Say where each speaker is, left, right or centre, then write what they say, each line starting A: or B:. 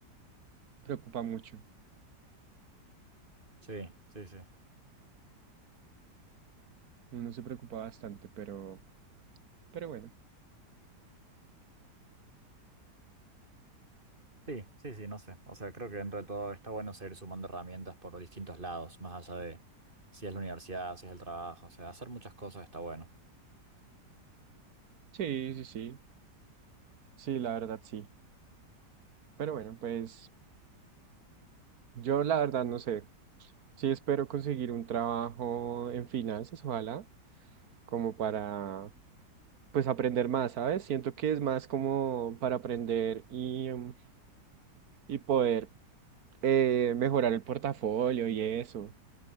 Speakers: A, on the right; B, on the right.
A: preocupa mucho.
B: Sí, sí, sí.
A: Uno se preocupa bastante, pero, pero bueno.
B: Sí, sí, sí, no sé. O sea, creo que dentro de todo está bueno seguir sumando herramientas por distintos lados, más allá de si es la universidad, si es el trabajo. O sea, hacer muchas cosas está bueno.
A: Sí, sí, sí. Sí, la verdad sí. Pero bueno, pues yo la verdad no sé. Sí espero conseguir un trabajo en finanzas, ojalá, como para, pues aprender más, ¿sabes? Siento que es más como para aprender y, mm, y poder eh, mejorar el portafolio y eso.